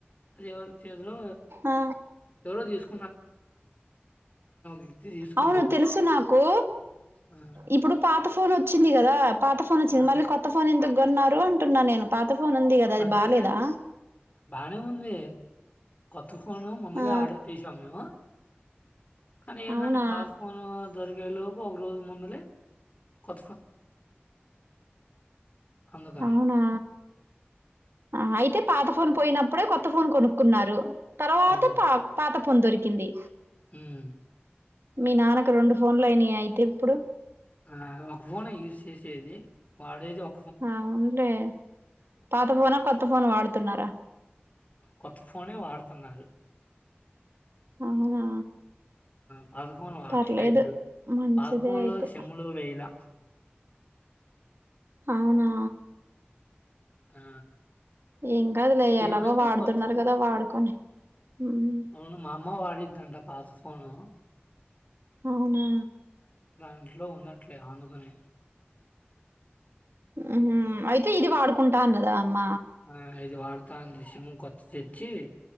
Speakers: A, on the left (about 35°); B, on the right (about 75°).
A: అది ఎవరు చేలో
B: ఆ
A: ఎవరో తీసుకు వ్యక్తి తీసుకుండు.
B: అవును తెలుసు నాకు
A: ఆ!
B: ఇప్పుడు పాత ఫోన్ వ వచ్చింది కదా పాత ఫోన్ వచ్చింది
A: ఆ!
B: మళ్ కొత్త ఫోన్ ఎంత న్నారు అంట న్నా నేను పాత ఫోన్ ఉంది కదా అది
A: అంటే
B: బాలేదా
A: బానే ఉంది. కొత్త తుఫాను మొందలే
B: ఆ
A: ఆర్డర్ చేసాము మేము కానీ ఏంటంటే
B: అవునా
A: పాస్ ఫోన్ దొరికే లోపు ఒక రోజు ముందలే కొ అందుకనే.
B: అవునా ఆ అయితే పాత ఫోన్ పోయినప్పుడే కొత్త కొత్త ఫోన్ కొనుక్కున్నారు తర్వాత
A: అవును.
B: పా పాత పొందొరికింది
A: హ్మ్.
B: మీ నానకు రెం ఫోన్ లైయినా అయితిప్పుడు
A: ఆ ఒక ఫోనే యూజ్ చేసేది వాడేది ఒ
B: అవునులే పాత ఫోనా కొత్త ఫోను వాడుతు తున్నారా
A: కొత్త ఫోనే వాడుతున్నారు
B: అవునా
A: ఆ పాత ఫోన్ వాడట్లే
B: పర్లేదు
A: ఇప్పుడు.
B: మంచిదే
A: పాత ఫోన్‌లో
B: అయితే
A: సిమ్‌లు వేయలా.
B: అవునా
A: ఆ
B: ఏం కాదులే ఎలాగో
A: ఏందంటే
B: వాడుతున్నారు
A: కొత్త ఫో
B: కదా వాడుకోనీ ఉమ్
A: అవును. మా అమ్మ వాడిద్దంట పాత ఫోను.
B: అవునా
A: ఇంట్లో ఉండట్లే అందుకనే
B: ఊహూ అయితే ఇది వాడుకుంటా అన్నదా అమ్మ
A: ఆ అయితే వాడు తాంది సిమ్ము కొత్తది తెచ్చి